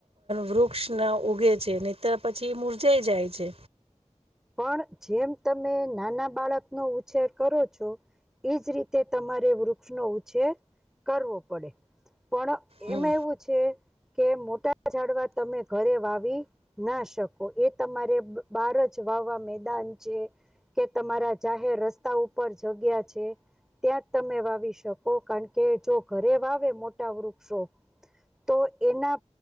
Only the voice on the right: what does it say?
વૃક્ષ ઉગે છે, નિત પછી કે મુર્જાઈ જાય છે.
હમ